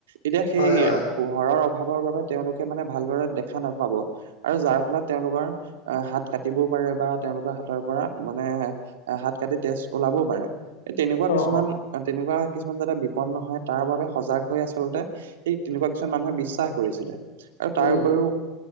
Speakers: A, on the right; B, on the left.
A: এতিয়া সেই
B: হয় হয়
A: পোহৰৰ অভাৱৰ বাবে তেওঁলোকে মানে ভালদৰে দেখা নাপাব। আৰু যাৰ ফলত তেওঁলোকৰ আ হাত কাটিবও পাৰে বা তেওঁলোকৰ হাতৰ পৰা মানে হাত কাটি তেজ ওলাবও পাৰে, এই তেনেকুৱা
B: অ
A: কিছুমান তেনেকুৱা কিছুমান যাতে বিপদ নহয় তাৰ বাবে সজাগ হৈ আচলতে সেই তেনেকুৱা কিছুমান মানুহে বিশ্বাস কৰিছিলে আৰু
B: উম
A: তাৰ উপৰিও